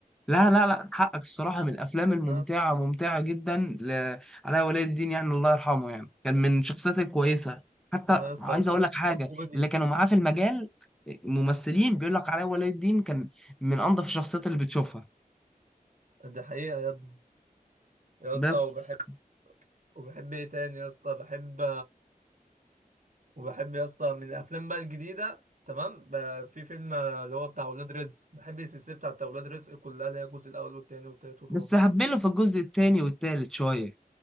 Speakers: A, in the centre; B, on the right (about 60°).
A: لا لا لا حقك الصراحة من الأفلام الممتعة
B: اه
A: ممتعة جدا ل... علاء ولي الدين يعني الله يرحمه يعني كان من الشخصيات الكويسة حتى
B: اه يا اسطى
A: عايز
B: وك-
A: أقول لك حاجة
B: وكوميدي
A: اللي كانوا معاه في المجال ممثلين بيقول لك علاء ولي الدين كان من أنظف الشخصيات اللي بتشوفها
B: ده حقيقة يا ابني يا اسطى
A: بس
B: وبحب وبحب ايه تاني يا اسطى بحب وبحب يا اسطى من الافلام بقى الجديده تمام ب- في فيلم آه، اللي هو بتاع اولاد رزق بحب السلسله بتاعت اولاد رزق كلها اللي هي الجزء الاول والثاني والثالث والرابع
A: بس هبله في الجزء التاني والتالت شوية